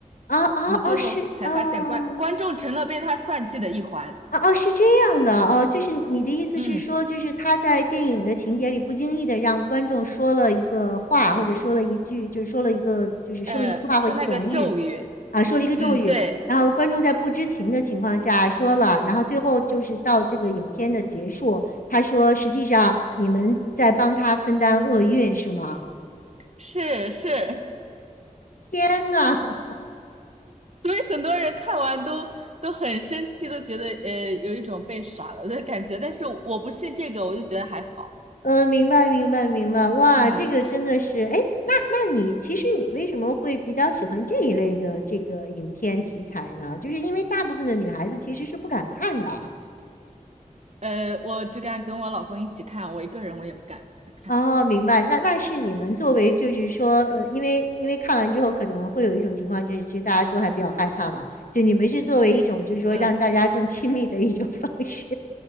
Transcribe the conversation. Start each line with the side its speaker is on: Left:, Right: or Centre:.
Left: 哦哦哦，
Right: 你最后才发现观观众成了被他算计的一环。
Left: 是哦。哦哦，是这样的哦，就是你的意思是说，
Right: 嗯，
Left: 就是他在电影的情节里不经意的让观众说了一个话，或者说了一句，就是说了一个，就是说了一句话或一个短语
Right: 呃，就那个咒语，
Left: 啊，说了一个咒语，
Right: 嗯，对，
Left: 然后观众在不知情的情况下说了，然后最后就是到这个影片的结束，他说实际上你们在帮他分担厄运是吗？
Right: 是是，
Left: 天呐！
Right: <laughs> 所以很多人看完都都很生气，都觉得呃有一种被耍了的感觉。但是我不信这个，我就觉得还好。
Left: 呃，明白，明白，明白。哇，
Right: 嗯，
Left: 这个真的是，哎，那那你其实你为什么会比较喜欢这一类的这个影片题材呢？就是因为大部分的女孩子其实是不敢看的啊
Right: 呃，我只敢跟我老公一起看，我一个人我也不敢看。
Left: 哦，明白。那那是你们作为就是说，呃，因为因为看完之后可能会有一种情况，就是其实大家都还比较害怕嘛。就你们是作为一种就是说让大家更亲密的一种方式。
Right: 嗯，